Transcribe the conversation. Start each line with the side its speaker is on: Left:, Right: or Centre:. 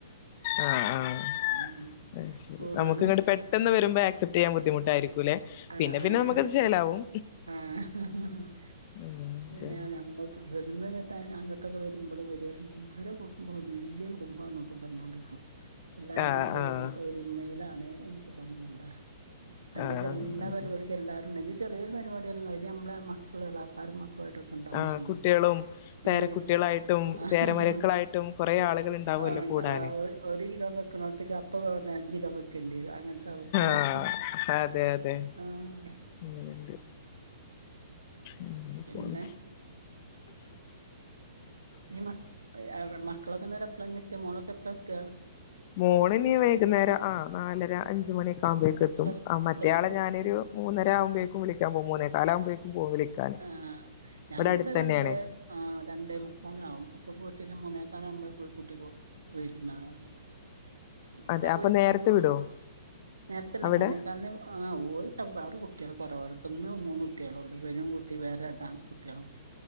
Left: ആഹ് ആഹ്
Right: ഉം
Left: അത്ശെരി
Right: കൂടാനും
Left: നമുക്ക് ഇങ്ങട്ട് പെ പെട്ടന്ന് വരുമ്പോ ആക്സെപ്റ്റെയ്യാൻ ബുദ്ധിമുട്ടായിരിക്കൂല്ലെ
Right: ആഹ്
Left: പിന്നെ
Right: ആഹ്
Left: പിന്നെ നമക്കത് ചെലാവും
Right: ആഹ് <unintelligible>
Left: ഉം അതെ
Right: ഞ നമ്മ ഇവിടുന്നു അങ്ങോട്ടൊക്കെ വരുമ്പോൾ ഇവരറിഞ്ഞ് ഇവരെ കുടുംബം വല്യ കുടുംബന്നൊക്കെ പറഞ്ഞോണ്ട്ക്കും എല്ലാരും
Left: ആഹ്
Right: നല്ല
Left: ആഹ്
Right: ഒരു ഒരുമെയിലാണ് എന്നോക്കെ പറഞ്ഞോണ്ട അഎന്താച്ചാല്
Left: ആഹ്
Right: എല്ലാ
Left: അതെ
Right: പരിപാടിക്കും എല്ലാരുണ്ട് എന്തെലും ചെറിയൊരു പരിപാടിയല്ലും അയില് നമ്മളെ മക്കളും എളാപ്പാരും മക്കളുആയിട്ടു ക ണ്ടാവും
Left: ആഹ്
Right: ചെയ്യും
Left: കുട്ടികളും പേരക്കുട്ടികളായിട്ടും
Right: ആഹ് കുട്ടികള് <unintelligible>
Left: പേരമരക്കളായിട്ടും കൊറേ ആളുകൾ ഉണ്ടാവുമല്ലോ
Right: ആഹ് ഇണ്ടാവൊ
Left: കൂടാന്
Right: ഒരു കിലോ വെക്ക്ണോട്ത്ക്ക് അപ്പ <unintelligible> അഞ്ച്കിലോ വെക്കേണ്ടി വരും അങ്ങൻത്തെ അവസ്ഥയാണ്
Left: ആഹ് അതെ അതെ
Right: ആഹ്
Left: അങ്ങനെണ്ട് അങ്ങനെ പോണ്
Right: പിന്നെ ഇനി മ മക്കളൊക്കനേരം എപ്പ്ളനി എത്ത മോളൊക്കെ എപ്പളത്ത
Left: മോളിനി വൈകുന്നേരം ആഹ് നാലര അഞ്ച് മണിയൊക്കാവുമ്പേക്കെത്തും
Right: ബസ്
Left: ആഹ് മറ്റയാളെ
Right: ബസ്
Left: ഞാനൊരു മൂന്നരാവുമ്പോഴേക്കും വിളിക്കാൻ പോകും മൂന്നോകാലാവുമ്പോഴേക്കും പോവും വിളിക്കാൻ
Right: ആഹ് ഞാനിവിടെ
Left: ഇവിടടുത്തെന്നെയാണ്
Right: രണ്ടേ ആഹ് രണ്ടേ മുക്കാലാവും അപ്പ പോയിട്ട്ന്നെ മൂന്നേക്കാലാകുമ്പേൾ പോയി കൂട്ടി കോ വരും ഞാൻ അവടെ
Left: അതെ
Right: പോയി
Left: അപ്പൊ നേരത്തെ
Right: ഇപ്പം
Left: വിടോ
Right: നേരത്തല്ല
Left: അവിടെ
Right: മൂന്നേക്കാൽന് ആഹ് ഓല് <unintelligible> അവുടെ കുട്യൾ കോറവാണ് ഇപ്പന്ന് മൂന്ന് കുട്യളുള്ളു ഇവനും തി വേറെ രണ്ടാണ്കുട്യാളും